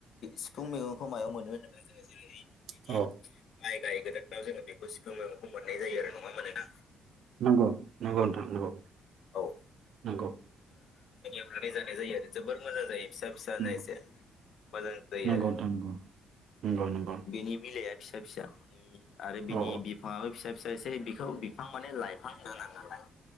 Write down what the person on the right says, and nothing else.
औ
नंगौ नंगौ नोंथांं नंगौ
नंगौ।
नंगौ
नंगौ
नंगौ नोंथां नंगौ नंगौ नंगौ
औ